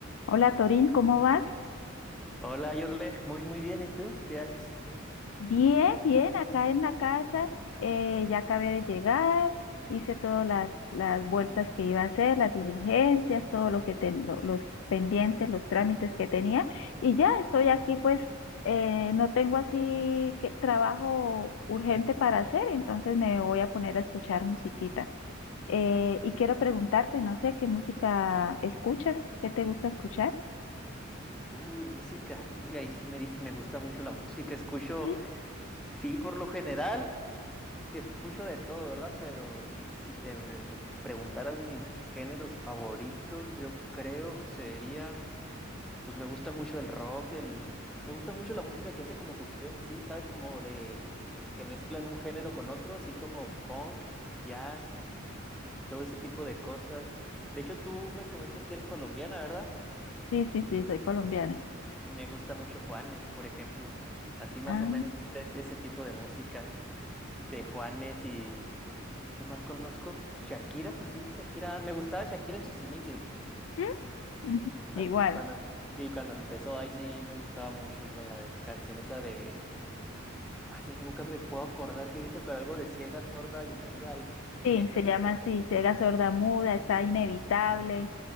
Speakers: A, on the left; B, in the centre.
A: Hola Torín, ¿cómo vas?
B: Hola, Yorlen, muy muy bien, ¿y tú? ¿Qué haces?
A: Bien, bien, acá en la casa, eh, ya acabé de llegar, hice todas las, las vueltas que iba a hacer, las diligencias, todo lo que ten- lo- los pendientes, los trámites que tenía, y ya estoy aquí, pues eh, no tengo así que trabajo urgente para hacer, entonces me voy a poner a escuchar musiquita. Eh, y quiero preguntarte, no sé, ¿qué música escuchas? ¿Qué te gusta escuchar?
B: Uy, música, y ahí sí me dis- me gusta mucho la música, escucho,
A: Sí,
B: sí, por lo general, escucho de todo, ¿verdad? Pero mis, si te me preguntaras mis géneros favoritos, yo creo serían, pues me gusta mucho el rock, el, me gusta mucho la música que hace como fusiones, ¿sí? ¿Sabes? Como de, que mezclan un género con otro, así como funk, jazz, todo ese tipo de cosas. De hecho, tú me comentas que eres colombiana, ¿verdad?
A: Sí, sí, sí, soy colombiana.
B: Me gusta mucho Juanes, por ejemplo. Así más
A: Ah.
B: o menos ese, ese tipo de música de Juanes y ¿qué más conozco? Shakira, pues sí, Shakira. Me gustaba Shakira en sus inicios.
A: ¿Mm? Ujú, Igual,
B: Cuando, cuando- em, sí, cuando empezó, ahí sí me gustaba mucho con la de canción esa de ay, sí, nunca me puedo acordar qué dice, pero algo de ciega, sorda y muda. al-
A: sí,
B: Esa.
A: se llama así, Ciega Sorda Muda, está Inevitable,